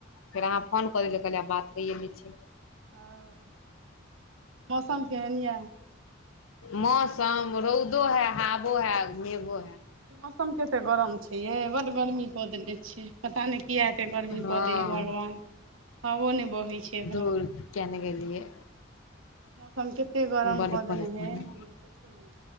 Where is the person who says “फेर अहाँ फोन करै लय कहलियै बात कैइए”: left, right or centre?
Left